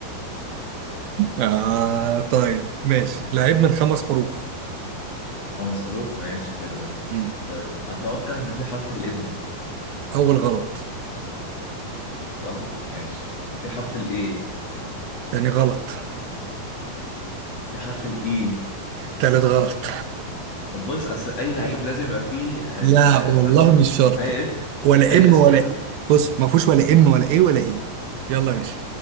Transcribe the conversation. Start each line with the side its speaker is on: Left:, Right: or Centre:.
Right: آه طيب ماشي لعيب من خمس حروف
Left: خمس حروف ماشي حلو ده
Right: مم.
Left: طيب اتوقع ان في حرف الام
Right: أول غلط
Left: غلط ماشي في حرف الاي
Right: تاني غلط
Left: في حرف الاي
Right: تالت غلط
Left: طب بص اصل اي لعيب لازم يبقى فيه آه
Right: لا والله
Left: فاول
Right: مش شرط
Left: اي اسم
Right: ولا
Left: اي
Right: ام
Left: اسم
Right: ولا
Left: لازم
Right: إيه. بص ما فيهوش ولا ام ولا ايه ولا ايه يلا يا باشا